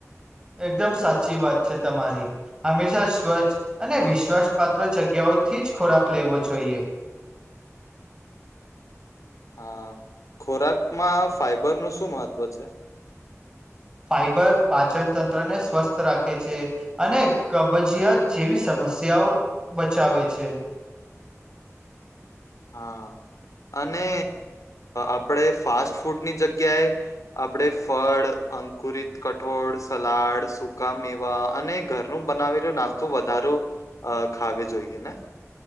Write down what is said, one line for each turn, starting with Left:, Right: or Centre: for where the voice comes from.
Right: એકદમ સાચી વાત છે તમારી. હંમેશા સ્વચ્છ અને વિશ્વાસ પાત્ર જગ્યાએ થી જ ખોરાક લેવો જોઈએ.
Left: હા, ખોરાકમાં ફાઈબર નું શું મહત્વ છે?
Right: ફાઈબર પાચન તંત્ર ને સ્વસ્થ રાખે છે અને કબજીયાત જેવી સમસ્યાઓ બચાવે છે.
Left: હા અને આપણે ફાસ્ટ ફૂડની જગ્યાએ આપણે ફળ, અંકુરિત કઠોળ, સલાડ, સૂકા મેવા અને ધર નો બનાવેલો તો નાસ્તો વધારો ખાવે જોઈએ ને?